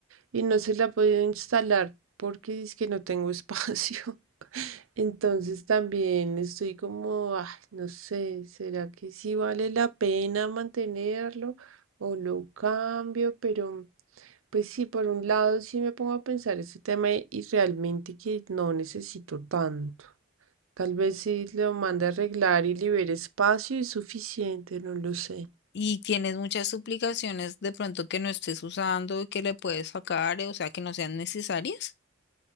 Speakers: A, on the right; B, on the left.
A: y no se la he podido instalar porque es que no tengo espacio. <laughs> Entonces también estoy como, ah, no sé, ¿será que sí vale la pena mantenerlo o lo cambio? Pero pues sí, por un lado sí me pongo a pensar ese tema y y realmente que no necesito tanto. Tal vez si lo mande a arreglar y libere espacio es suficiente, no lo sé.
B: y tienes muchas suplicaciones de pronto que no estés usando y que le puedes sacar, eh, o sea, que no sean necesarias.